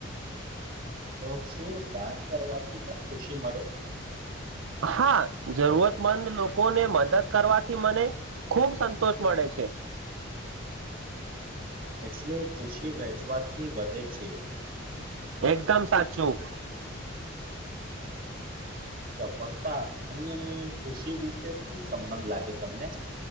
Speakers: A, on the right (about 45°); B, on the right (about 75°).
A: તો શું દાન કરવાથી પણ ખુશી મળે?
B: હા, જરૂરતમંદ લોકોને મદદ કરવાથી મને ખૂબ સંતોષ મળે છે.
A: એટલે ખુશી વહેંચવાથી વધે છે.
B: એકદમ સાચું.
A: સફળતા અને ખુશી વિશે શું સંબંધ લાગે તમને?